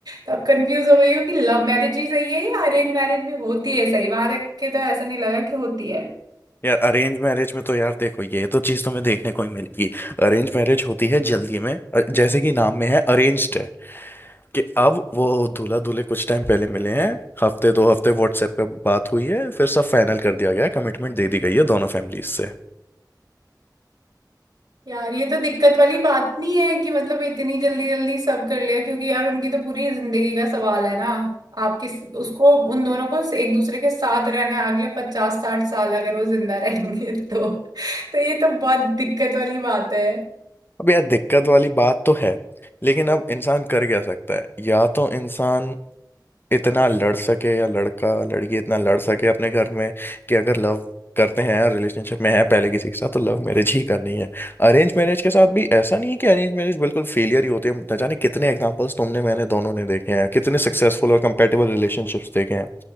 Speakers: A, on the right (about 65°); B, on the left (about 30°).
A: तो अब कंफ्यूज हो गई हूँ कि लव मैरिज ही सही है या अरेंज मैरिज में होती है सही वहां देख के तो ऐसा नहीं लगा कि होती है
B: यार अरेंज मैरिज में तो यार देखो ये तो चीज तुम्हें देखने को ही मिलेगी अरेंज मैरिज होती है जल्दी में अ- जैसे कि नाम में है अरेंज्ड है कि अब वो दूल्हा दूल्हे कुछ टाइम पहले मिले हैं हफ्ते दो हफ्ते व्हाट्सएप पे बात हुई है फिर सब फाइनल कर दिया गया है कमिटमेंट दे दी गई है दोनों फैमिलीज से
A: यार ये तो दिक्कत वाली बात नहीं है कि मतलब इतनी जल्दी जल्दी सब कर लिया क्योंकि यार उनकी तो पूरी जिंदगी का सवाल है ना आप किस उसको उन दोनों को एक दूसरे के साथ रहना है अगले पचास साठ साल अगर वो जिंदा रहेंगे तो तो ये तो बहुत दिक्कत वाली बात है
B: अब यार दिक्कत वाली बात तो है लेकिन अब इंसान कर क्या सकता है या तो इंसान इतना लड़ सके या लड़का लड़की इतना लड़ सके अपने घर में कि अगर लव करते हैं या रिलेशनशिप में है पहले किसी के साथ तो लव मैरिज ही करनी है अरेंज मैरिज के साथ भी ऐसा नहीं है कि अरेंज मैरिज बिल्कुल फेलियर ही होती है न जाने कितने एग्जांपल्स तुमने मैंने दोनों ने देखे हैं कितने सक्सेसफुल और कंपेटेबल रिलेशनशिप्स देखे हैं